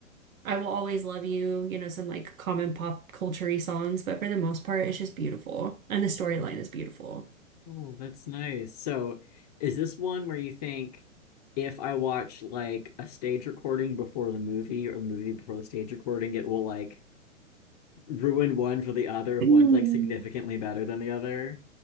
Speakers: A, on the right (about 80°); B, on the left (about 30°).
A: I Will Always Love You, you know, some like common pop culture songs, but for the most part, it's just beautiful. And the storyline is beautiful.
B: Oh, that's nice. So, is this one where you think if I watch like a stage recording before the movie or the movie before the stage recording, it will like ruin one for the other if
A: Mm.
B: one's like significantly better than the other.